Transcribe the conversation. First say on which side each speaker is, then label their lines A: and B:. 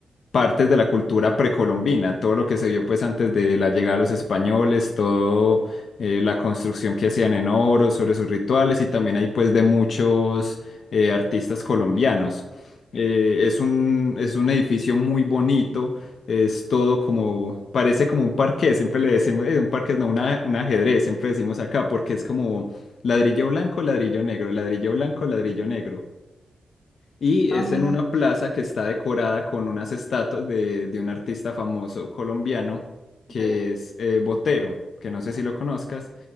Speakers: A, on the left; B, on the left.
A: partes de la cultura precolombina, todo lo que se vio pues antes de la llegada de los españoles, todo eh, la construcción que hacían en oro sobre sus rituales y también hay pues de muchos eh, artistas colombianos. Eh, es un, es un edificio muy bonito, es todo como, parece como un parqué, siempre le decimos, eh, un parqué no, una- un ajedrez, siempre decimos acá, porque es como ladrillo blanco, ladrillo negro, ladrillo blanco, ladrillo negro. Y
B: Ah,
A: es
B: bueno.
A: en una plaza que está decorada con unas estatuas de, de un artista famoso colombiano que
B: Ujú.
A: es eh, Botero, que no sé si lo conozcas